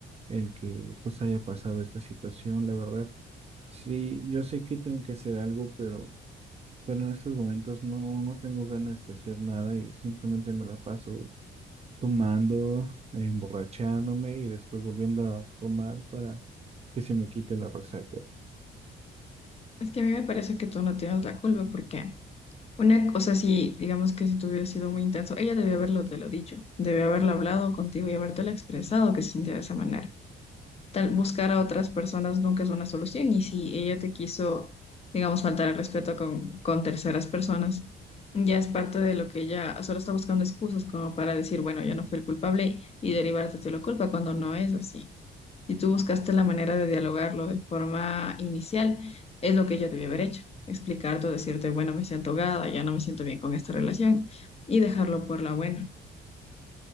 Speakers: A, on the right; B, on the left.
A: el que pues haya pasado esta situación, la verdad. Sí, yo sé que tengo que hacer algo, pero, pero en estos momentos no, no tengo ganas de hacer nada y simplemente me la paso tomando, eh, emborrachándome y después volviendo a tomar para que se me quite la resaca.
B: Es que a mí me parece que tú no tienes la culpa porque una, o sea, si digamos que si tú hubieras sido muy intenso, ella debió haberlo te lo dicho, debió haberlo hablado contigo y habértelo expresado que se sentía de esa manera. tal- buscar a otras personas nunca es una solución. Y si ella te quiso, digamos, faltar el respeto con, con terceras personas, ya es parte de lo que ella solo está buscando excusas como para decir, bueno, yo no fui el culpable y derivarte de la culpa cuando no es así. Si tú buscaste la manera de dialogarlo de forma inicial, es lo que ella debió haber hecho. Explicarte decirte, bueno, me siento ahogada, ya no me siento bien con esta relación y dejarlo por la buena.